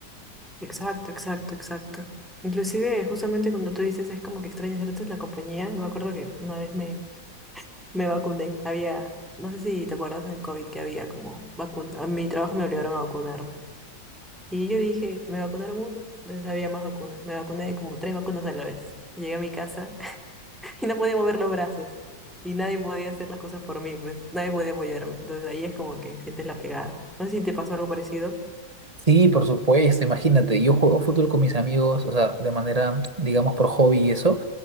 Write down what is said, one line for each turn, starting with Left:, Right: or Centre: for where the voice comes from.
Centre: Exacto, exacto, exacto. Inclusive, justamente cuando tú dices es como que extrañas ciertas la compañía, y me acuerdo que una vez me, me vacuné. Había, no sé si te acuerdas del COVID que había como vacuna. A mi trabajo me obligaron a vacunarme. Y yo dije, me vacunaron uno, entonces había más vacunas. Me vacuné como tres vacunas a la vez. Llegué a mi casa <laughs> y no podía mover los brazos. Y nadie podía hacer las cosas por mí, pues. Nadie podía apoyarme. Entonces ahí es como que sientes la pegada. No sé si te pasó algo parecido.
Right: Sí, por supuesto, imagínate, yo juego fútbol con mis amigos, o sea, de manera, digamos, por hobby y eso,